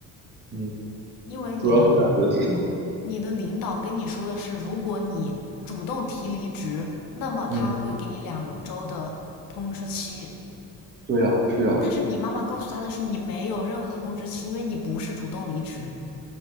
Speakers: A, on the right; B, on the left.
A: 嗯，
B: 因为你的
A: 主要困扰觉得是什么？
B: 你的领导跟你说的是，如果你主动提离职，那么他会给你两周的通知期。
A: 嗯，对啊，是啊，
B: 但是你妈妈告诉他的是，你没有任何的通知期，因为你不是主动离职。